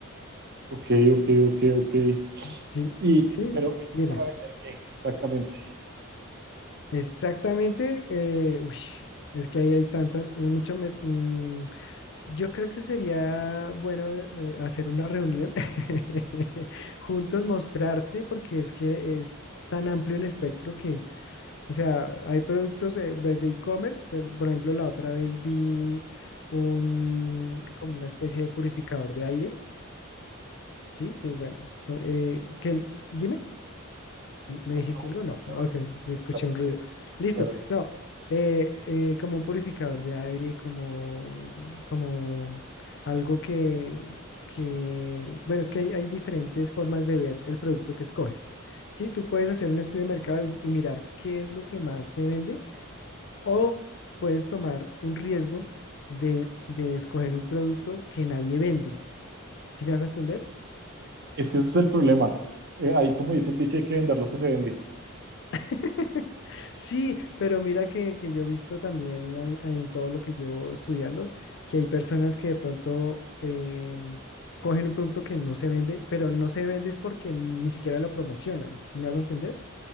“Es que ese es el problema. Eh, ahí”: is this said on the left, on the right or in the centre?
Right